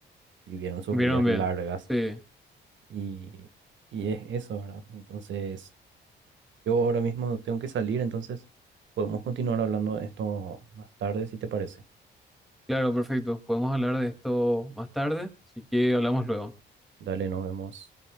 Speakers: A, on the right (about 70°); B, in the centre.
A: vivieron sus
B: ¿Vieron
A: vidas
B: bien?
A: largas
B: Sí,
A: y, y es eso, ¿verdad? Entonces, yo ahora mismo tengo que salir, entonces podemos continuar hablando de esto más tarde, si te parece.
B: claro, perfecto. Podemos hablar de esto más tarde, así que hablamos luego.
A: Dale, nos vemos.